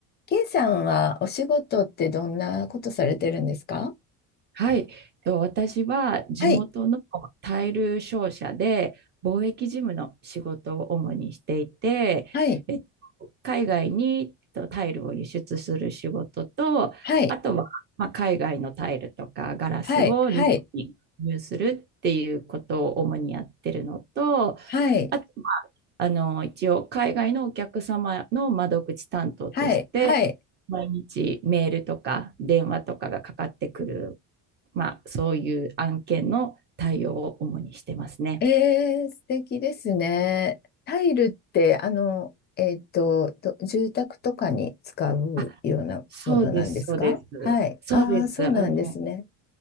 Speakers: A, on the left; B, on the right.
A: ケイさんはお仕事ってどんなことされてるんですか
B: はい、と私は地元のタイル商社で貿易事務の仕事を主にしていて、
A: はい、はい、
B: えっと、海外にえっとタイルを輸出する仕事と、
A: はい、
B: あとは、まあ、海外のタイルとかガラスを日本に輸入するっていうことを主にやってるのと、
A: はい、はい、はい、
B: あと、まああの一応海外のお客様の窓口担当として、
A: はい、はい。
B: 毎日メールとか電話とかがかかってくるまあ、そういう案件の対応を主にしてますね。
A: えー、素敵ですね。タイルって、あの、えっと、ど住宅とかに使うようなものなんですかはい。
B: あ、そうです、そうです。そうです。
A: ああ、そうなんですね。
B: あの、